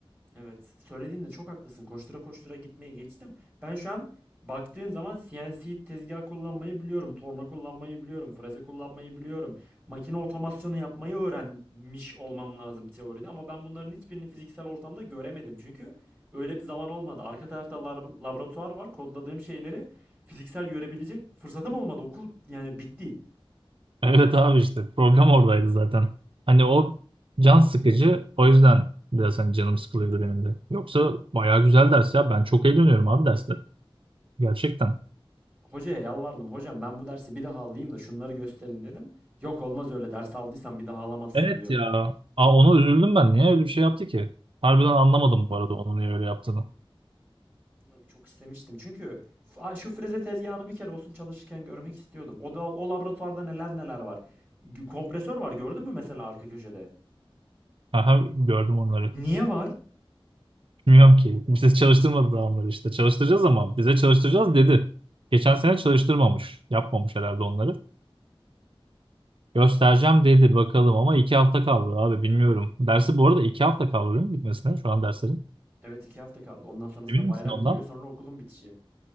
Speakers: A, on the right (about 20°); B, on the right (about 65°).
A: Evet. Söylediğinde çok haklısın. Koştura koştura gitmeyi geçtim. Ben şu an baktığın zaman CNC tezgah kullanmayı biliyorum. Torna kullanmayı biliyorum. Freze kullanmayı biliyorum. Makine otomasyonu yapmayı öğrenmiş olmam lazım teoride. Ama ben bunların hiçbirini fiziksel ortamda göremedim. Çünkü öyle bir zaman olmadı. Arka tarafta lab- laboratuvar var. Kodladığım şeyleri fiziksel görebilecek fırsatım olmadı. Okul yani bitti.
B: Evet abi işte problem oradaydı zaten. Hani o can sıkıcı o yüzden biraz hani canım sıkılıyordu benim de. Yoksa bayağı güzel ders ya ben çok eğleniyorum abi derste gerçekten.
A: Hocaya yalvardım. Hocam ben bu dersi bir daha alayım da şunları gösterin dedim. Yok olmaz öyle. Ders aldıysan bir daha alamazsın
B: Evet
A: diyor.
B: ya. Aa, ona üzüldüm ben. Niye öyle bir şey yaptı ki? Harbiden anlamadım bu arada onun niye öyle yaptığını.
A: Bilmiyorum, çok istemiştim. Çünkü f- şu freze tezgahını bir kere olsun çalışırken görmek istiyordum. O da o laboratuvarda neler neler var. Gü- Kompresör var gördün mü mesela arka köşede?
B: Aha, gördüm onları.
A: Niye var?
B: Bilmiyorum ki. Bize çalıştırmadı daha onları işte. Çalıştıracağız ama bize çalıştıracağız dedi. Geçen sene çalıştırmamış. Yapmamış herhalde onları. Göstereceğim dedi bakalım ama iki hafta kaldı abi bilmiyorum. Dersi bu arada iki hafta kaldı değil mi bitmesine şu an derslerin?
A: Evet iki hafta kaldı. Ondan sonrasında
B: Emin
A: bayram
B: misin ondan?
A: giriyor. Sonra okulun bitişi.